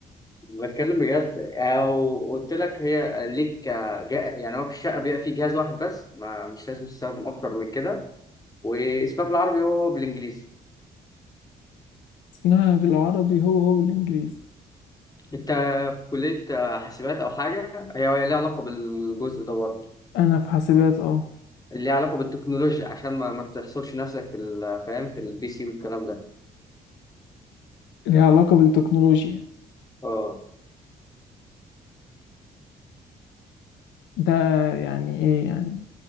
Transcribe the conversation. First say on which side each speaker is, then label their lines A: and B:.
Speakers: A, on the left; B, on the left.
A: بتكلم بجد او قلت لك هي ليك جا... يعني هو في الشقه بيبقى فيه جهاز واحد بس ما مش لازم تستخدم اكتر من كده واسمها بالعربي وهو بالانجليزي
B: اسمها بالعربي هو هو بالإنجليزي
A: انت في كليه حاسبات او حاجه هي ليها علاقه بالجزء ده برضه
B: انا في حاسبات اه
A: اللي ليها علاقه بالتكنولوجيا عشان ما, ما تحصلش نفسك في ال- فاهم في البي سي والكلام ده
B: ليها علاقة بالتكنولوجيا
A: اه
B: ده يعني ايه يعني